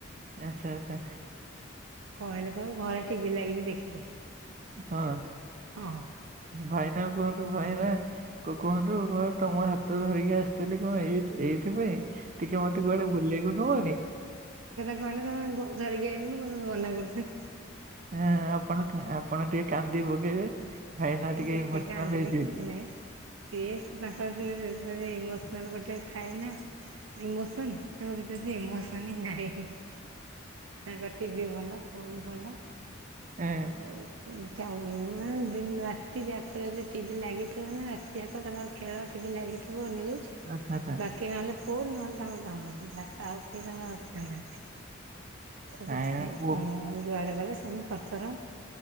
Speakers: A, on the right; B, on the right.
A: ଆଛା ଆଛା।
B: କହିଲେ କହିବ ଘରେ ଟିଭି ଲାଗିଛି ଦେଖିଦେ।
A: ହଁ।
B: ହଁ
A: ଭାଇନାଙ୍କୁ କୁହନ୍ତୁ ଭାଇନା। କୁ କୁହନ୍ତୁ କହ ତମ ହାତ ଧରିକି ଆସିଥିଲି କଣ ଏଇ ଏଇଥିପାଇଁ? ଟିକେ ମତେ କୁଆଡେ ବୁଲେଇଆକୁ ନବନି?
B: କହେଲେ ତୁ <unintelligible> ଗୋଡ଼ ଧରିକି ଆଇଲୁନୁ ମୁଁ ତତେ ମନା କରୁଥିଲି।
A: ହଁ। ଆପଣ ଆପଣ ଟିକେ କାନ୍ଦି ପକେଇବେ। ଭାଇନା
B: ସେ
A: ଟିକେ
B: ଯେତେ
A: ଇମୋସନାଲ
B: କାନ୍ଦିଲେ
A: ହେଇଯିବେ
B: କିଛି ନାହିଁ। ସିଏ ତାଙ୍କ ସେ ଇମୋସନାଲ ଗୋଟେ ଥାଏ ନା। ଇମୋସନ ତାଙ୍କ ଭିତରେ ସେ ଇମୋସନ ହିଁ ନାହିଁ। ତାଙ୍କ ଟିଭି ଭଲ ଫୋନ ଭଲ
A: ହଁ
B: ଆଉ। ଜମା ଦିନ ରାତି ଯାକ ଯଦି ଟିଭି ଲାଗିଥିବ ନା ରାତି ଯାକ ତାଙ୍କର ଖେଳ ଟିଭି। ଲାଗିଥିବ ନିୟୁଜ୍
A: ଆଚ୍ଛା ଆଚ୍ଛା
B: ବାକି ନହେଲେ ଫୋନ ନହେଲେ ତାଙ୍କ କାମ ଭାଷା ଆଉ କେହି ତାଙ୍କ। <unintelligible> ତ
A: ଭାଇନା
B: ସେଥିପାଇଁ
A: କୁ
B: କଣ ଯୁଆଡେ ଗଲେ ସେମିତି ତର୍ତର।